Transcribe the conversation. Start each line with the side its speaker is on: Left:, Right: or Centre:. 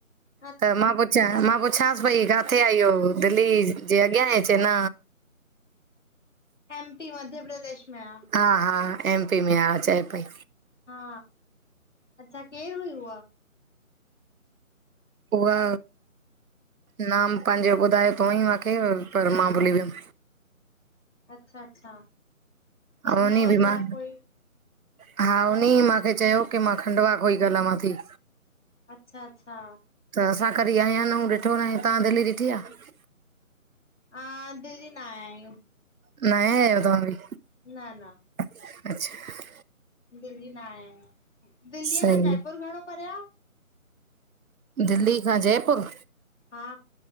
Left: ह <inaudible>
Right: त मां पुछां मां पुछांसि पइ, काथे आ ईयो? दिल्ली जे अॻियां आहे चेंई - न।
Left: एम पी मध्य प्रदेश में आ।
Right: हा हा एम-पी में आ चए पई।
Left: हा, अच्छा, केरु हुई उहा?
Right: उहा, नाम पंहिंजो ॿुधायो त हुअंई माखे, पर मां भुलि वियम।
Left: अच्छा अच्छा, पदमा
Right: ऐं उन बि
Left: वगैरह
Right: मां
Left: कोई!
Right: हा उन ई माखे चयो कि मां खंडवा को ईं गालावां थी।
Left: अच्छा अच्छा।
Right: त असां कॾी आया न यूं, ॾिठो न आय तंआ दिल्ली ॾिठी
Left: अच्छा,
Right: आहे
Left: आ दिल्ली न आया आहियूं।
Right: न आया यो तवां बि?
Left: न न।
Right: अच्छा अच्छा।
Left: दिल्ली न आया यूं, दिल्लीअ
Right: सही
Left: खां जयपुर घणो परे आ?
Right: दिल्ली खां जयपुर?
Left: हा